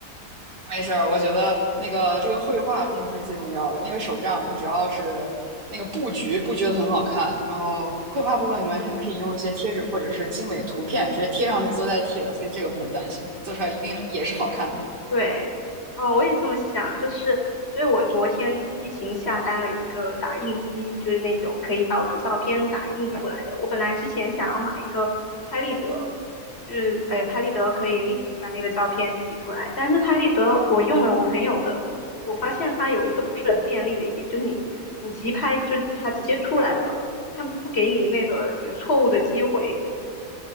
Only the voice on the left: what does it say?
对，哦，我也这么想，就是，所以我昨天激情下单了一个打印机，就是那种可以把我的照片打印出来的。我本来之前想要买一个拍立得，就是，哎，拍立得可以立即把那个照片洗出来，但是拍立得我用了我朋友的，我发现它有一个不是很便利的一点，就是你你急拍就它直接出来了，它不给你那个有错误的机会。